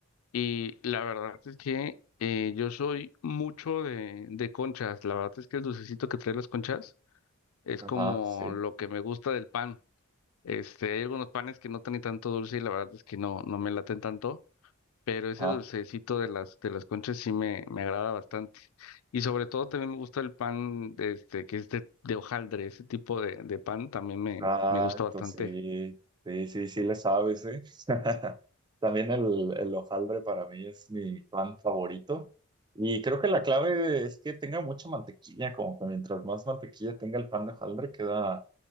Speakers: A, on the left; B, on the right.
A: Y la verdad es que eh, yo soy mucho de, de conchas. La verdad es que el dulcecito que trae las conchas es
B: Ajá,
A: como
B: sí.
A: lo que me gusta del pan. Este, hay algunos panes que no tienen tanto dulce y la verdad es que no, no me laten tanto, pero ese
B: Ajá,
A: dulcecito de las, de las conchas sí me, me agrada bastante. Y sobre todo también me gusta el pan de este, que es de, de hojaldre, ese tipo de, de pan también me,
B: exacto,
A: me gusta bastante.
B: sí. Sí, sí, sí le sabes, ¿eh? <laughs> También el, el hojaldre para mí es mi pan favorito. Y creo que la clave es que tenga mucha mantequilla, como que mientras más mantequilla tenga el pan de hojaldre, queda,